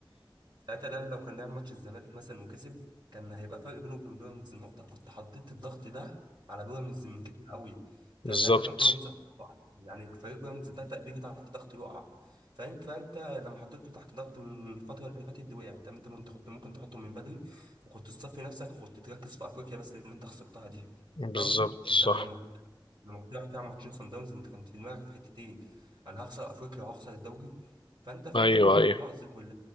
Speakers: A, on the right (about 60°); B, on the left (about 80°).
A: ساعتها الاهلي لو كان لعب ماتش الزمالك مثلا وكسب كان هيبقى فرق بينه وبين بيراميدز نقطه كنت حطيت الضغط ده على بيراميدز من كتير قوي فساعتها
B: بالظبط
A: كان بيراميدز هتقع يعني فريق بيراميدز ده ت- بيجي تحت ضغط يقع فاهم فانت لما حطيته تحت ضغط من الفتره اللي فاتت دي وقع طب انت كنت كنت ممكن تحطه من بدري وكنت تصفي نفسك وكنت تركز في افريقيا بس اللي انت خسرتها دي
B: بالظبط
A: فاهم
B: صح
A: انت لما كنت لما كنت رايح تلعب ماتشين صن داونز انت كنت في دماغك في حتتين انا هخسر افريقيا وهخسر الدوري فانت فعلا
B: ايوه
A: كنت
B: ايوه
A: في مأزق ولا